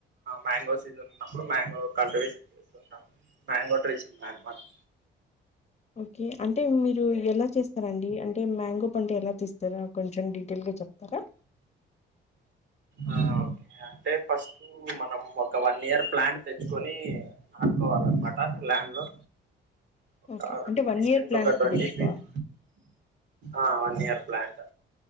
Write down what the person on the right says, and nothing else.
మ్యాంగో సీజన్ ఉన్నప్పుడు మ్యాంగో కల్టివేషన్ చేస్త మ్యాంగో ట్రీస్ మ్యాన్ మార్క్
ఆ ఓకే అంటే ఫస్ట్ హు మనం ఒక వన్ ఇయర్ ప్లాన్ తెచ్చుకొని నాటుకోవాలన్నమా ల్యాండ్ లో ఒక
డిస్టెన్స్
ఒక ట్వంటీ
ఫీట్ ఆ వన్ ఇయర్ ప్లాన్ట్